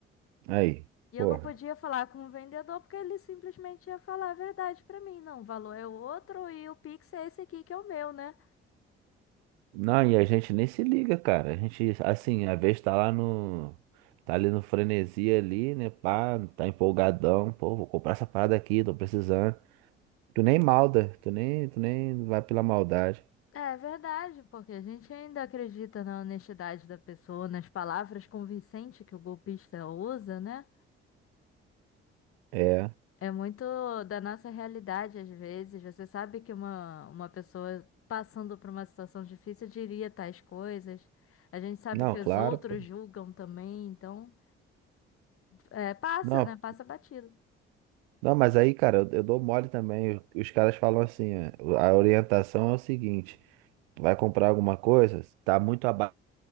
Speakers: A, on the right (about 70°); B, on the left (about 45°).
A: Aí.
B: E
A: Porra.
B: eu não podia falar com o vendedor porque ele simplesmente ia falar a verdade para mim. Não, o valor é outro e o Pix é esse aqui que é o meu, né?
A: Não, e a gente nem se liga, cara. A gente, assim, às vezes tá lá no. Tá ali no frenesi ali, né? Pá, tá empolgadão. Pô, vou comprar essa parada aqui, tô precisando. Tu nem malda, tu nem, tu nem vai pela maldade.
B: É verdade, porque a gente ainda acredita na honestidade da pessoa, nas palavras convincentes que o golpista usa, né?
A: É.
B: É muito da nossa realidade, às vezes. Você sabe que uma, uma pessoa passando por uma situação difícil diria tais coisas. A gente sabe
A: Não,
B: que
A: claro,
B: os outros
A: pô.
B: julgam também, então é, passa,
A: Não,
B: né? Passa batido.
A: não, mas aí, cara, eu, eu dou mole também. Os caras falam assim, ó, a orientação é o seguinte, vai comprar alguma coisa, tá muito abaixo.